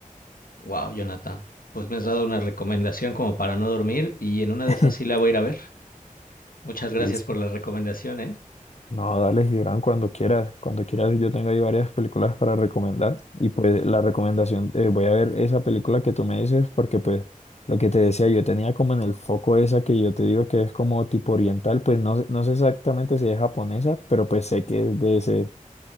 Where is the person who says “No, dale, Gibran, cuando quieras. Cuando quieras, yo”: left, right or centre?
Left